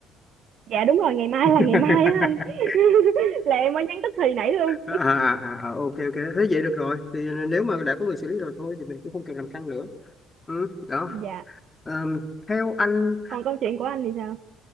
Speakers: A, on the right; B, on the left.
A: dạ đúng rồi ngày mai
B: <laughs>
A: là ngày mai á anh <laughs> là em mới nhắn tức thì nãy luôn
B: à, à, à, à, ok ok thế vậy được rồi thì nếu mà đã có người xử lý rồi thôi thì mình cũng không cần làm căng nữa ừ, đó
A: <laughs> dạ
B: Ờm, theo anh
A: còn câu chuyện của anh thì sao